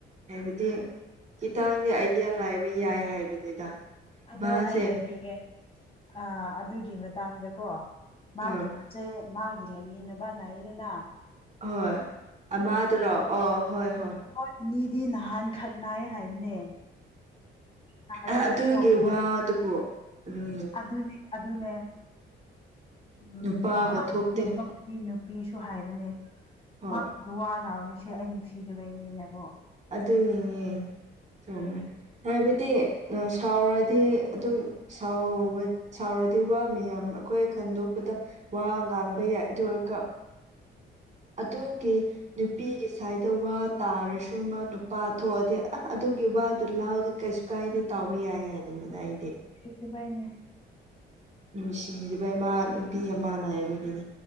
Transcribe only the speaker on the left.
ꯑꯗꯣ
ꯑꯩ ꯍꯥꯏꯕꯤꯒꯦ ꯑ ꯑꯗꯨꯒꯤ ꯃꯇꯥꯡꯗꯀꯣ ꯃꯥꯒꯤ
ꯁꯦ ꯃꯥꯒꯤ ꯂꯩꯃꯤꯟꯅꯕꯅ ꯂꯩꯏꯗꯅ
ꯍꯣꯏ ꯑꯅꯤꯗꯤ ꯅꯍꯥꯟ ꯈꯠꯅꯥꯏ ꯍꯥꯏꯕꯅꯦ ꯁꯥꯔꯒ
ꯀꯣ
ꯑꯗꯨꯅꯤ ꯑꯗꯨꯅꯦ ꯎꯝ
<unintelligible>
ꯅꯨꯄꯤ ꯅꯨꯄꯤꯁꯨ ꯍꯥꯏꯕꯅꯦ
ꯃꯥꯁꯨ ꯋꯥ ꯂꯥꯎꯔꯤꯁꯦ ꯑꯩ ꯅꯨꯡꯁꯤꯗꯕꯩꯅꯦꯅꯀꯣ
ꯁꯤꯁꯨ ꯄꯥꯏꯅꯦ